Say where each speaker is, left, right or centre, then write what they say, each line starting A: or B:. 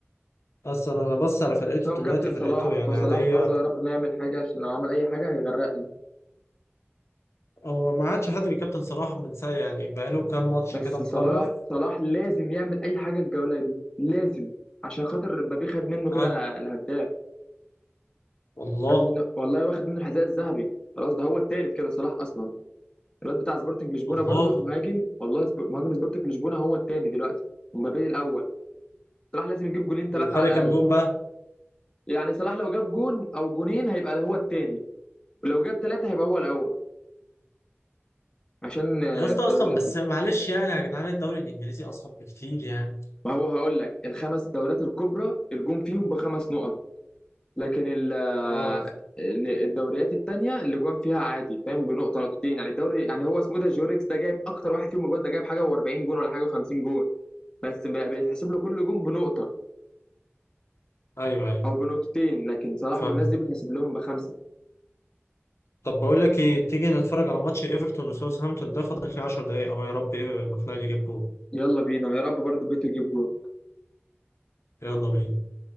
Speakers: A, on the left; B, on the left.
A: اصلا انا بص على فرقته
B: هم
A: دلوقتي
B: كابتن
A: فرقته
B: صلاح
A: يعني
B: فصلاح
A: عادية
B: برضه يا رب ما يعمل حاجه عشان لو عمل اي حاجه هيغرقني
A: هو ما عادش حد بيكابتن صراحة من ساعة يعني بقاله كام ماتش
B: بس
A: كده مخرف
B: صلاح صلاح لازم يعمل اي حاجه الجوله دي لازم عشان خاطر مبابي خد منه
A: اه
B: كده الهداف
A: والله
B: خد منه والله واخد منه الحذاء الذهبي خلاص ده هو التالت كده صلاح اصلا الواد بتاع سبورتنج لشبونه
A: والله
B: برضو المهاجم والله سبور- مهاجم سبورتنج لشبونه هو الثاني دلوقتي ومبابي الاول صلاح لازم يجيب جولين ثلاثه
A: وفرق
B: على
A: كام
B: الاقل
A: جون بقى
B: يعني صلاح لو جاب جون او جونين هيبقى هو الثاني ولو جاب ثلاثه هيبقى هو الاول عشان آه،
A: يا اسطى
B: الدوريات
A: اصلا بس
B: دي
A: معلش يعني يا جدعان الدوري الانجليزي اصعب بكتير يعني
B: ما هو هقول لك الخمس دوريات الكبرى الجون فيهم بخمس نقط لكن ال- آه،
A: اه
B: ال- الدوريات الثانيه اللي جوان فيها عادي فاهم بنقطه نقطتين يعني الدوري يعني هو اسمه ده جوريكس ده جايب اكتر واحد فيهم جوان ده جايب حاجه و40 جون ولا حاجه و50 جون بس ب- بيتحسب له كل جون بنقطه
A: ايوه ايوه
B: او بنقطتين لكن صلاح
A: فاهم
B: والناس دي بتحسب لهم بخمسه
A: طب بقول لك ايه تيجي نتفرج على ماتش ايفرتون وساوثهامبتون ده فاضل فيه 10 دقايق اهو يا رب ايه المقنعه يجيب جول
B: يلا بينا يا رب برضو بيتو يجيب جول
A: يلا بينا